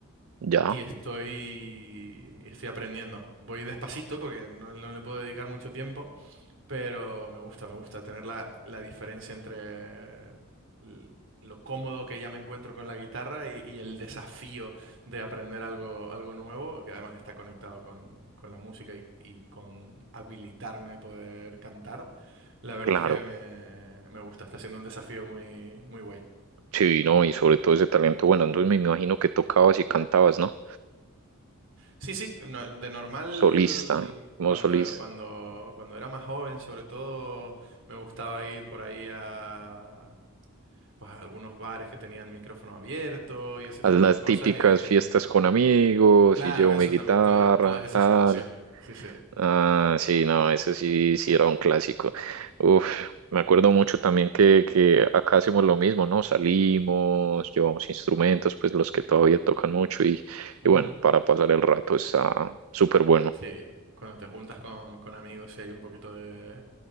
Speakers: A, on the right; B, on the right.
A: ya,
B: y estoy, estoy aprendiendo. Voy despacito porque no no le puedo dedicar mucho tiempo. Pero me gusta, me gusta tener la, la diferencia entre l- lo cómodo que ya me encuentro con la guitarra y, y el desafío de aprender algo, algo nuevo, que además está conectado con, con la música y, y con habilitarme a poder cantar. La verdad
A: claro.
B: es que me, me gusta, está siendo un desafío muy, muy guay.
A: Sí, no, y sobre todo ese talento. Bueno, entonces me imagino que tocabas y cantabas, ¿no?
B: Sí, sí, no- de normal,
A: Solista, como
B: cuando,
A: solista.
B: cuando, cuando era más joven, sobre todo, me gustaba ir por ahí a pues algunos bares que tenían micrófono abierto y ese
A: Haz
B: tipo
A: las
B: de cosas.
A: típicas
B: Y
A: fiestas con amigos
B: claro,
A: y llevo
B: eso
A: mi guitarra,
B: también, to- todas esas
A: tal.
B: situaciones. Sí, sí.
A: Ah, sí, no, ese sí, sí era un clásico. Uf, me acuerdo mucho también que, que acá hacemos lo mismo, ¿no? Salimos, llevamos instrumentos, pues los que todavía tocan mucho y,
B: Ujú.
A: y bueno, para pasar el rato está súper bueno.
B: Sí, cuando te juntas con, con amigos y hay un poquito de,